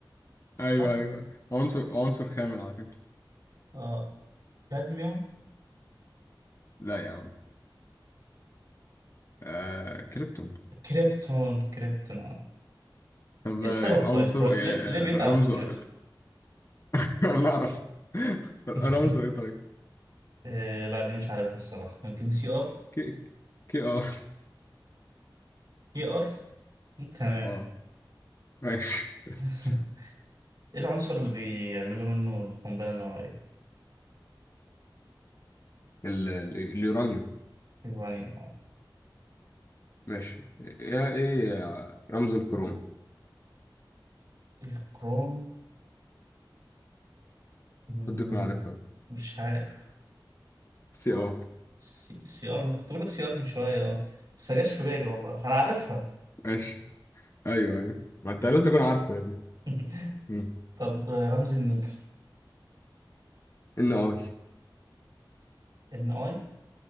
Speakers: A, on the left; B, on the right.
A: ايوه
B: صح؟
A: ايوه عنصر عنصر خامل على فكره
B: اه كادميوم
A: لا يا عم آه... كريبتون
B: كريبتون كريبتون اه
A: طب
B: ايه
A: آه،
B: السبب طيب؟
A: عنصره
B: هو ليه,
A: إيه؟
B: ليه
A: آه،
B: بيتعب
A: آه، رمزه
B: من الكريبتون؟
A: <laughs> انا اعرف <laughs> رمزه
B: <laughs>
A: ايه طيب
B: آه لا دي مش عارفها الصراحة يمكن سي ار
A: كي كي اه
B: كي ار تمام
A: اه ماشي
B: <laughs>
A: <laughs>
B: ايه العنصر اللي بيعملوا منه القنبلة النووية؟
A: ال- ال- اليورانيوم
B: اليورانيوم اه
A: ماشي يا ايه يا رمز الكروم
B: الكروم مم،
A: حد يكون عارفها
B: مش عارف
A: سي اه
B: سي, سي ار كنت بقول لك سي ار من شوية اه بس ما جاش في بالي والله انا عارفها
A: ماشي ايوه ايوه ما انت لازم تكون عارفه يا ابني
B: <laughs>
A: مم.
B: طب آه، رمز النيكل
A: ان اي
B: ان اي